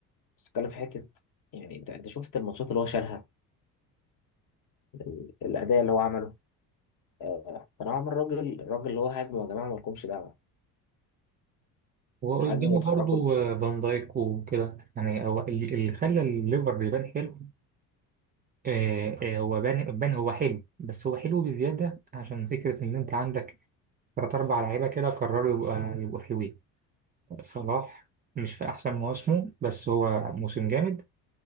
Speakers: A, on the left; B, on the right.
A: بس اتكلم في حته يعني انت انت شفت الماتشات اللي هو شالها ال- الاداء اللي هو عمله آه، فنوعا ما الراجل الراجل اللي هو هاجمه يا جماعه ما لكمش دعوه
B: وقدامه
A: هاجمه وتحركوا
B: برضو
A: ل-
B: آه، فان دايك وكده يعني هو ال- اللي خلى الليفر يبان حلو آه آه هو بان بان هو حلو بس هو حلو بزياده عشان فكره ان انت عندك ثلاث اربع لعيبه كده قرروا يبقى يبقوا حلوين صلاح مش في احسن مواسمه بس هو موسم جامد